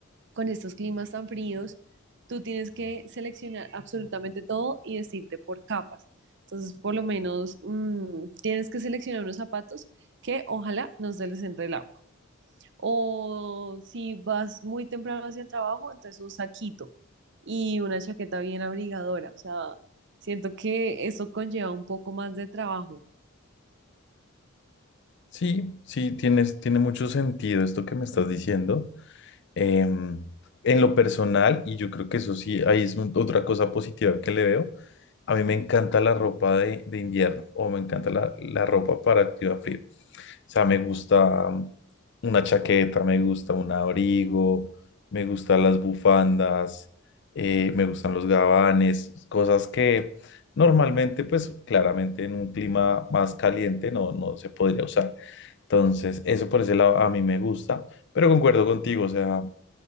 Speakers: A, on the right; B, on the left.
A: con estos climas tan fríos, tú tienes que seleccionar absolutamente todo y vestirte por capas. Entonces, por lo menos, mm, tienes que seleccionar unos zapatos que ojalá no se les entre el agua. O si vas muy temprano hacia el trabajo, entonces un saquito y una chaqueta bien abrigadora. O sea, siento que eso conlleva un poco más de trabajo.
B: Sí, sí, tienes, tiene mucho sentido esto que me estás diciendo. Em, en lo personal, y yo creo que eso sí, ahí es un- otra cosa positiva que le veo, a mí me encanta la ropa de, de invierno o me encanta la, la ropa para activar frío. O sea, me gusta mm, una chaqueta, me gusta un abrigo, me gustan las bufandas, eh, me gustan los gabanes, cosas que normalmente, pues claramente en un clima más caliente no, no se podría usar. Entonces, eso por ese lado a mí me gusta, pero concuerdo contigo, o sea...